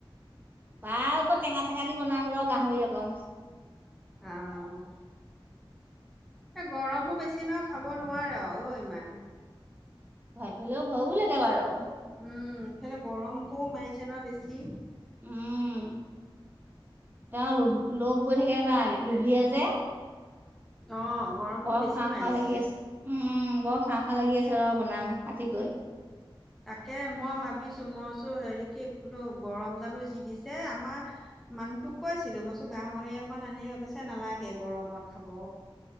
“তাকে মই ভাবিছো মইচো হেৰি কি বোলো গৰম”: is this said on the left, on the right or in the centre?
Centre